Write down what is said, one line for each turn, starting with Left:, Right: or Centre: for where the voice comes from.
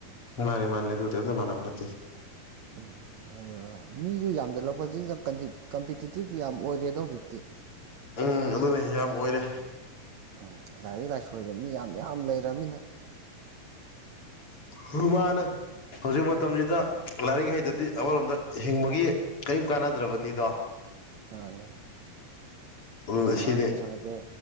Left: ꯃꯥꯅꯦ ꯃꯥꯅꯦ ꯑꯗꯨꯕꯨꯗꯤ ꯑꯝꯇ ꯃꯥꯟꯅꯕ ꯅꯠꯇꯦ
Right: ꯎꯝ ꯑꯗꯨꯒ ꯃꯤꯁꯨ ꯌꯥꯝꯖꯠꯂꯛꯄꯁꯤꯗ ꯀꯟꯖꯤꯞ ꯀꯝꯄꯤꯇꯤꯇꯤꯞꯁꯨ ꯌꯥꯝ ꯑꯣꯏꯔꯦꯗ ꯍꯧꯖꯤꯛꯇꯤ <inaudible>
Left: ꯎꯝ ꯑꯗꯨꯅꯦ ꯌꯥꯝ ꯑꯣꯏꯔꯦ
Right: ꯑꯥ ꯂꯥꯏꯔꯤꯛ ꯂꯥꯏꯁꯨ ꯍꯩꯕ ꯃꯤ ꯌꯥꯝ ꯌꯥ ꯌꯥꯝ ꯂꯩꯔꯝꯃꯤꯅ
Left: <unintelligible> ꯍꯧꯖꯤꯛ ꯃꯇꯝꯁꯤꯗ ꯂꯥꯏꯔꯤꯛ ꯍꯩ ꯗꯗꯤ ꯑꯃꯔꯣꯝꯗ ꯍꯤꯡꯕꯒꯤ ꯀꯩꯝ ꯀꯥꯟꯅꯗ꯭ꯔꯕꯅꯤꯗꯣ
Right: ꯃꯥꯟꯅꯦ
Left: ꯑꯗꯨ
Right: ꯄꯩꯁꯥ
Left: ꯁꯤꯅꯤ
Right: ꯅꯨꯡꯁꯥꯗꯣ